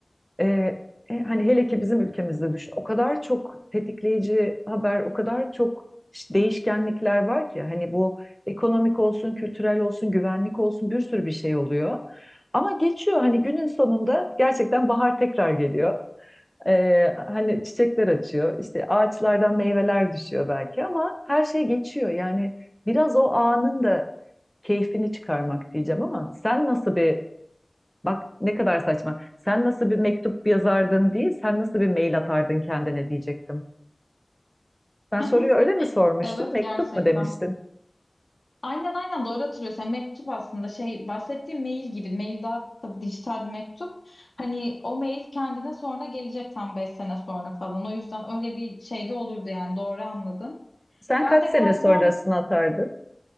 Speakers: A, in the centre; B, on the left.
A: e, e, hani hele ki bizim ülkemizde düşün o kadar çok tetikleyici haber, o kadar çok ş- değişkenlikler var ki hani bu ekonomik olsun, kültürel olsun, güvenlik olsun bir sürü bir şey oluyor. Ama geçiyor hani günün sonunda gerçekten bahar tekrar geliyor. Ee, hani çiçekler açıyor, işte ağaçlardan meyveler düşüyor belki ama her şey geçiyor. Yani biraz o anın da keyfini çıkarmak diyeceğim ama sen nasıl bir bak ne kadar saçma. Sen nasıl bir mektup yazardın değil, sen nasıl bir mail atardın kendine diyecektim. Sen
B: <laughs>
A: soruyu öyle mi sormuştun?
B: Evet,
A: Mektup
B: gerçekten.
A: mu demiştin?
B: Aynen aynen doğru hatırlıyorsun. Yani mektup aslında şey bahsettiğim mail gibi. Mail daha tabii dijital bir mektup. Hani o mail kendine sonra gelecek tam 5 sene sonra falan. O yüzden öyle bir şey de olurdu yani doğru anladın.
A: Sen
B: Ben
A: kaç
B: de
A: sene
B: galiba
A: sonrasını atardın